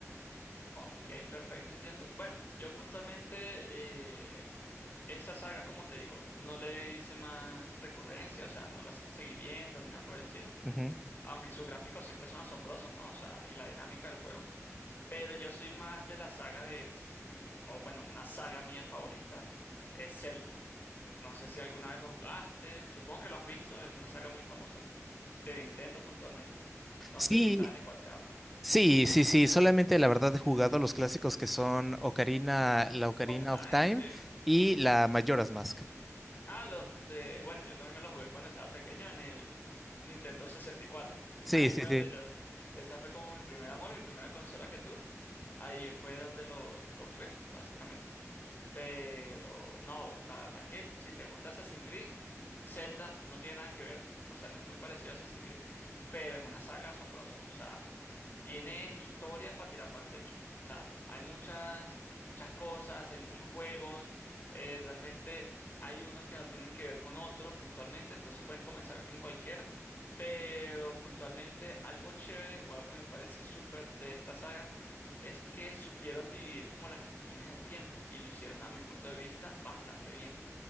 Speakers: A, on the left; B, in the centre.
A: ok, perfecto, entiendo. Bueno, yo puntualmente, eh, esa saga, como te digo, no le hice más recurrencia, o sea, no la seguí viendo ni nada por el estilo,
B: Ujú.
A: aunque sus gráficos siempre son asombrosos, ¿no? O sea, y la dinámica del juego. Pero yo soy más de la saga de, S- o bueno, una saga mía favorita es Zelda. No sé si alguna vez lo jugaste, supongo que lo has visto, es una saga muy famosa de Nintendo puntualmente. No
B: Sí,
A: sé si sabes de cuál te hablo.
B: Sí, sí, sí, solamente la verdad he jugado los clásicos que son Ocarina, la Ocarina
A: Of Time,
B: of Time
A: sí.
B: y la Majora's Mask.
A: Ah, los de... Bueno, yo también me los jugué cuando estaba pequeño en el Nintendo 64.
B: Sí,
A: Ahí
B: sí,
A: fue
B: sí.
A: donde yo... Esa fue como mi primer amor, mi primera consola que tuve. Ahí fue donde los, los jugué, básicamente. Pero no, la verdad que si te gusta Assassin's Creed, Zelda no tiene nada que ver. O sea, no es muy parecido a Assassin's Creed, pero es una saga asombrosa. O sea, tiene historia para tirar para el techo. O sea, hay muchas, muchas cosas, hay muchos juegos. eh, realmente hay unos que no tienen que ver con otro puntualmente, entonces puedes comenzar en cualquiera. Pero puntualmente algo chévere o algo que me parece súper de esta saga es que supieron dividir como las las líneas del tiempo y lo hicieron a mi punto de vista bastante bien.